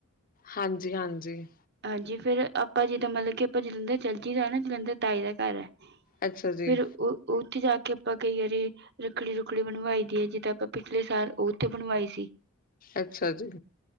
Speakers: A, on the left; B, on the right.
A: ਹਾਂਜੀ- ਹਾਂਜੀ।
B: ਹਾਂਜੀ, ਫੇਰ ਆਪਾਂ ਜਿੱਦਾਂ ਮਤਲਬ ਕਿ, ਆਪਾਂ ਜਲੰਧਰ ਚਲਜੀ ਦਾ ਨਾ, ਜਲੰਧਰ ਤਾਈ ਦਾ ਘਰ ਹੈ।
A: ਅੱਛਾ ਜੀ
B: ਫੇਰ, ਉਹ ਉੱਥੇ ਜਾ ਕੇ ਆਪਾਂ ਕਈ ਵਾਰੀ ਰੱਖੜੀ ਰੁੱਖੜੀ ਬਣਵਾਈ ਦੀ ਹੈ। ਜਿੱਦਾਂ ਆਪਾਂ ਪਿਛਲੇ ਸਾਲ ਉੱਥੇ ਬਣਵਾਏ ਸੀ।
A: ਅੱਛਾ ਜੀ।